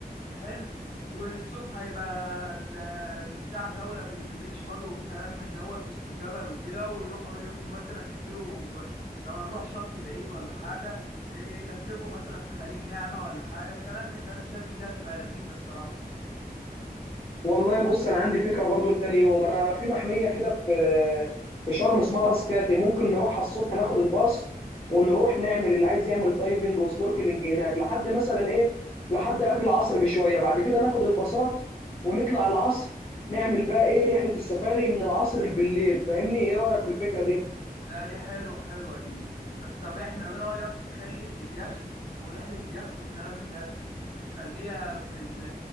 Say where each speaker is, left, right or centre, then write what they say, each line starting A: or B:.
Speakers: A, on the left (about 80°); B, on the left (about 35°).
A: حلو والصبح هيبقى ال- البتاع جولة بالبيتش باجي والكلام من دوت وسط الجبل وكده ويروحوا يلفوا مثلا ينزلوا ب- لو هنروح شط بعيد ولا حاجة إيه، يلفلفوا مثلا في خليج نعمة ولا حاجة الكلام من ده أنا شايف إن دي هتبقى لذيذة الصراحة
B: والله بص انا عندي فكره برضو لتاني يوم انا في محميه كده في في شرم اسمها راس كاتي ممكن نروحها الصبح ناخد الباص ونروح نعمل اللي عايز يعمل دايفنج وسنوركلينج هناك لحد مثلا ايه لحد قبل العصر بشويه بعد كده ناخد الباصات ونطلع العصر نعمل بقى ايه رحله السفاري من العصر بالليل فاهمني ايه رايك في الفكره دي
A: لا دي حلوة حلوة دي بس طب إحنا إيه رأيك نخلي اليخت ورحلة اليخت والكلام من ده نخليها في ال